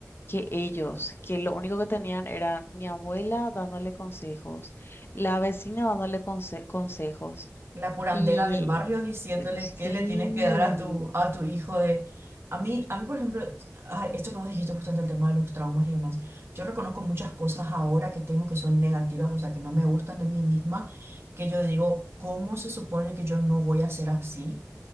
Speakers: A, on the left; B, on the right.
A: que ellos, que lo único que tenían era mi abuela dándole consejos, la vecina dándole conse- consejos.
B: la curandera
A: Y
B: del barrio diciéndole
A: Sí,
B: qué le tienes que dar a tu, a tu hijo de... A mí, a mí, por ejemplo, ay, esto que vos dijiste justo ante el tema de los traumas y demás, yo reconozco muchas cosas ahora que tengo que son negativas, o sea, que no me gustan de mí misma, que yo digo, ¿cómo se supone que yo no voy a ser así